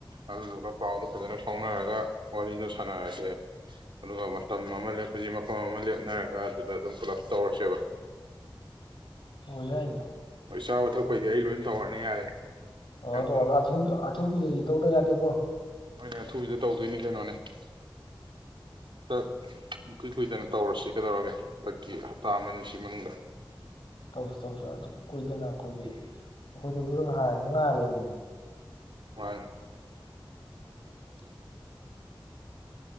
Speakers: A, on the right (about 65°); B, on the left (about 65°).
A: ꯑꯗꯨꯗꯨꯒ ꯄꯥꯎꯗꯣ ꯐꯖꯅ ꯐꯥꯎꯅꯔꯒ ꯋꯥꯔꯤꯗꯣ ꯁꯥꯟꯅꯔꯁꯦ ꯑꯗꯨꯒ ꯃꯇꯝ ꯑꯃ ꯂꯦꯞꯄꯁꯤ ꯃꯐꯝ ꯑꯃ ꯂꯦꯞꯅꯔꯒ ꯑꯗꯨꯗ ꯑꯗꯨꯝ ꯄꯨꯂꯞ ꯇꯧꯔꯁꯦꯕ
B: ꯑꯣꯏ ꯌꯥꯏꯅ
A: ꯍꯣꯏ ꯆꯥꯕ ꯊꯛꯄꯩꯗꯤ ꯑꯩ ꯂꯣꯏ ꯇꯧꯔꯅꯤ ꯌꯥꯔꯦ
B: ꯑ
A: ꯌꯥꯝ
B: ꯑꯗꯣ ꯑꯊꯨꯕꯤ ꯑ ꯑꯊꯨꯕꯤꯗꯗꯤ ꯇꯧꯗ ꯌꯥꯗꯦꯀꯣ
A: ꯍꯣꯏꯅꯦ ꯑꯊꯨꯕꯤꯗ ꯇꯧꯗꯣꯏꯅꯤ ꯀꯩꯅꯣꯅꯦ ꯍꯟꯗꯛ ꯏꯀꯨꯏ ꯀꯨꯏꯗꯅ ꯇꯧꯔꯁꯤ ꯀꯩꯗꯧꯔꯒꯦ ꯍꯟꯗꯛꯀꯤ ꯍꯞꯇꯥ ꯑꯃꯁꯤ ꯃꯅꯨꯡꯗ
B: ꯇꯧꯁꯤ ꯇꯧꯁꯤ ꯑꯗꯨ ꯀꯨꯏꯗꯅ ꯑꯩꯈꯣꯏꯗꯤ ꯑꯩꯈꯣꯏꯁꯨ ꯑꯗꯨꯗꯥ ꯍꯥꯏꯔꯥꯗꯤ ꯉꯥꯏ ꯂꯩꯕꯅꯤ <unintelligible>
A: ꯋꯥ
B: <inaudible>